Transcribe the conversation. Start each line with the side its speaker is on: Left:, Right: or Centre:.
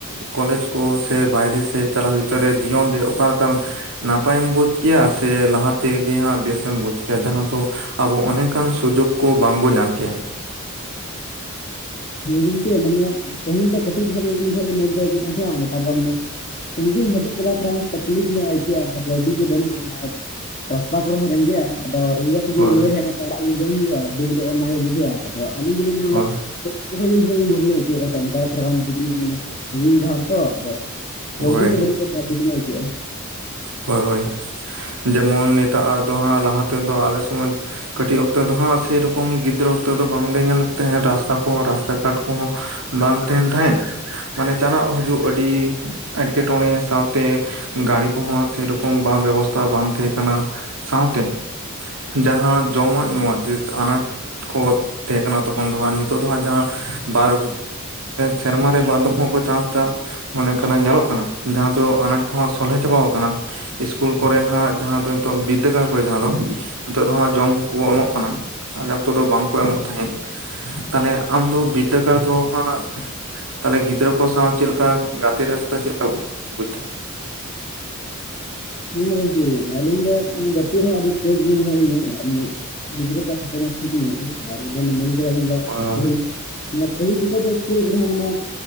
Right: ᱠᱚᱞᱮᱡᱽ ᱠᱚ ᱥᱮ ᱵᱟᱭᱨᱮ ᱥᱮᱫ ᱪᱟᱞᱟᱜ ᱦᱩᱭᱩᱜ ᱨᱮ ᱡᱤᱭᱚᱱ ᱨᱮ ᱚᱠᱟ ᱞᱮᱠᱟᱱ ᱱᱟᱯᱟᱭᱮᱢ ᱵᱩᱡ ᱠᱮᱭᱟ ᱥᱮ ᱞᱟᱦᱟ ᱛᱮᱜᱮ ᱦᱟᱸᱜ ᱵᱮᱥᱮᱢ ᱵᱩᱡ ᱠᱮᱭᱟ ᱡᱟᱦᱟᱸ ᱫᱚ ᱟᱵᱚ ᱚᱱᱮᱠᱟᱱ ᱥᱩᱡᱳᱜ ᱠᱚ ᱵᱟᱝᱵᱚᱱ ᱧᱟᱢ ᱠᱮᱭᱟ
Left: ᱦᱮᱸ ᱜᱚᱝᱠᱮ ᱢᱟᱱᱮ ᱯᱟᱹᱦᱤᱞ ᱫᱚ ᱠᱟᱹᱴᱤᱡ ᱠᱷᱚᱱ ᱜᱮ ᱩᱱᱤ ᱦᱚ ᱢᱚᱸᱡᱽ ᱫᱚ ᱟᱹᱭᱠᱟᱹᱜ ᱠᱟᱱ ᱛᱟᱦᱮᱸᱱᱟᱼᱟ ᱱᱮᱛᱟᱨ ᱫᱚ ᱢᱟᱱᱮ ᱥᱟᱺᱜᱤᱧ ᱦᱤᱡᱩᱜ ᱪᱟᱞᱟ ᱯᱷᱮᱨᱟ ᱛᱷᱚᱲᱟ ᱛᱟᱠᱞᱤᱯ ᱧᱚᱜ ᱟᱹᱭᱠᱟᱹᱜᱼᱟ ᱟᱨ ᱠᱟᱹᱣᱰᱤ ᱠᱚ ᱵᱟᱹᱱᱩᱜᱼᱟ ᱟᱨ ᱨᱟᱥᱛᱟ ᱠᱚᱨᱮ ᱦᱚᱸ ᱨᱮᱸᱜᱮᱡ ᱟ ᱟᱫᱚ ᱨᱮᱸᱜᱮᱡ ᱛᱮᱜᱮ
Right: ᱦᱳᱭ
Left: ᱨᱩᱣᱟᱹᱲ ᱦᱮᱡ ᱠᱟᱛᱮ ᱚᱲᱟᱜ ᱜᱮ ᱡᱚᱢ ᱦᱩᱭᱩᱜᱼᱟ ᱫᱩᱠᱷ ᱫᱚ ᱚᱱᱟ ᱜᱮ ᱵᱩᱡᱷᱟᱹᱜᱼᱟ ᱟᱫᱚ ᱟᱹᱞᱤᱧ ᱫᱚᱞᱤᱧ ᱢᱮᱱᱟ ᱵᱚᱞᱮ
Right: ᱦᱳᱭ
Left: ᱡᱚᱠᱷᱚᱡ ᱤᱧ ᱡᱚᱠᱷᱚᱡ ᱜᱮ ᱢᱚᱡᱽᱤᱧ ᱟᱹᱭᱠᱟᱹᱣ ᱠᱟᱱ ᱛᱟᱦᱮᱸ ᱱᱮᱛᱟᱨ ᱛᱷᱚᱲᱟ ᱜᱟᱱ ᱧᱚᱜ ᱥᱟᱺᱜᱤᱧ ᱰᱟᱦᱟᱨ ᱛᱚ ᱟᱫᱚ ᱠᱟᱹᱣᱰᱤ
Right: ᱦᱳᱭ
Left: ᱠᱚ ᱵᱟᱹᱱᱩᱜ ᱛᱮ ᱛᱷᱚᱲᱟ ᱫᱩᱠᱷ ᱧᱚᱜ ᱟᱹᱭᱠᱟᱹᱜᱼᱟ
Right: ᱦᱳᱭ ᱦᱳᱭ ᱡᱮᱢᱚᱱ ᱱᱮᱛᱟᱨ ᱫᱚ ᱦᱟᱸᱜ ᱞᱟᱦᱟ ᱛᱮᱫᱚ ᱟᱞᱮ ᱥᱚᱢᱚᱭ ᱠᱟᱹᱴᱤᱡ ᱚᱠᱛᱚ ᱫᱚ ᱦᱟᱸᱜ ᱥᱮᱨᱚᱠᱚᱢ ᱜᱤᱫᱽᱨᱟᱹ ᱚᱠᱛᱚ ᱫᱚ ᱵᱟᱝ ᱞᱮ ᱧᱮᱞ ᱟᱠᱟᱫ ᱛᱟᱦᱮᱸᱫ ᱨᱟᱥᱛᱟ ᱠᱚᱦᱚᱸ ᱨᱟᱥᱛᱟ ᱜᱷᱟᱴ ᱠᱚᱦᱚᱸ ᱵᱟᱝ ᱛᱟᱦᱮᱱ ᱛᱟᱦᱮᱸᱫ ᱢᱟᱱᱮ ᱪᱟᱞᱟᱜ ᱦᱤᱡᱩᱜ ᱟᱹᱰᱤ ᱮᱸᱴᱠᱮᱴᱚᱲᱮ ᱥᱟᱶᱛᱮ ᱜᱟᱲᱤ ᱠᱚᱦᱚᱸ ᱥᱮᱨᱚᱠᱚᱢ ᱵᱟᱝ ᱵᱮᱵᱚᱥᱛᱷᱟ ᱵᱟᱝ ᱛᱟᱦᱮᱸ ᱠᱟᱱᱟ ᱥᱟᱶᱛᱮ ᱡᱟᱦᱟᱸ ᱡᱚᱢᱟᱜ ᱧᱩᱣᱟᱜ ᱡᱮᱦᱮᱛᱩ ᱟᱱᱟᱴ ᱠᱚ ᱛᱟᱦᱮᱸ ᱠᱟᱱᱟ ᱛᱚᱠᱷᱚᱱ ᱫᱚ ᱦᱟᱸᱜ ᱱᱤᱛᱚᱜ ᱫᱚ ᱦᱟᱸᱜ ᱡᱟᱦᱟᱸ ᱵᱟᱨ ᱥᱮᱨᱢᱟ ᱨᱮ ᱵᱟᱨ ᱫᱷᱟᱣ ᱦᱚᱸᱠᱚ ᱪᱟᱥ ᱮᱫᱟ ᱚᱱᱮ ᱚᱱᱠᱟᱱᱟᱜ ᱧᱮᱞᱚᱜ ᱠᱟᱱᱟ ᱡᱟᱦᱟᱸ ᱫᱚ ᱟᱱᱟᱴ ᱠᱚᱦᱚᱸ ᱥᱚᱞᱦᱮ ᱪᱟᱵᱟ ᱟᱠᱟᱱᱟ ᱠᱟᱱᱟ ᱤᱥᱠᱩᱞ ᱠᱚᱨᱮ ᱦᱟᱸᱜ ᱡᱟᱦᱟᱸ ᱫᱚ ᱱᱤᱛᱚᱜ ᱵᱤᱫᱽᱫᱟᱹᱜᱟᱲ ᱠᱚᱨᱮ ᱡᱟᱦᱟᱸ ᱫᱚ ᱱᱤᱛᱚᱜ ᱫᱚ ᱦᱟᱸᱜ ᱡᱚᱢ ᱠᱚ ᱮᱢᱚᱜ ᱠᱟᱱᱟ ᱟᱞᱮ ᱚᱠᱛᱚ ᱫᱚ ᱵᱟᱝᱠᱚ ᱮᱢᱚᱜ ᱛᱟᱦᱮᱸᱫ ᱛᱟᱞᱦᱮ ᱟᱢ ᱫᱚ ᱵᱤᱫᱽᱫᱟᱹᱜᱟᱲ ᱫᱚ ᱦᱟᱸᱜ ᱛᱟᱦᱚᱞᱮ ᱜᱤᱫᱽᱨᱟᱹ ᱠᱚ ᱥᱟᱶ ᱪᱮᱫ ᱞᱮᱠᱟ ᱜᱟᱛᱮ ᱨᱟᱹᱥᱠᱟᱹ ᱪᱮᱫ ᱞᱮᱠᱟ ᱵᱩᱡ ᱛᱟᱦᱮᱸᱫ,
Left: ᱦᱮᱸ ᱜᱚᱝᱠᱮ ᱟᱹᱞᱤᱧ ᱫᱚ ᱢᱟᱱᱮ ᱜᱟᱛᱮᱜ ᱨᱮᱦᱚᱸ ᱟᱹᱰᱤ ᱛᱮᱡ <unintelligible> ᱜᱮ ᱢᱮᱱᱟᱜ ᱞᱤᱧᱟ ᱟᱨ ᱢᱟᱱᱮ, ᱜᱤᱫᱽᱨᱟᱹ ᱠᱚᱣᱟᱜ ᱥᱟᱯᱳᱨᱴ ᱦᱚᱸ ᱴᱷᱤᱠ ᱧᱟᱢᱚᱜᱼᱟ ᱟᱨ ᱚᱱᱟ ᱢᱮᱱ ᱠᱮᱫᱟ ᱡᱟᱦᱟᱸ ᱫᱚ
Right: ᱦᱳᱭ
Left: ᱯᱟᱹᱦᱤᱞ, ᱦᱮᱸ ᱯᱟᱹᱦᱤᱞ ᱡᱚᱠᱷᱚᱱ ᱫᱚ ᱤᱥᱠᱩᱞ ᱠᱚᱨᱮ ᱦᱚᱸ ᱢᱟᱱᱮ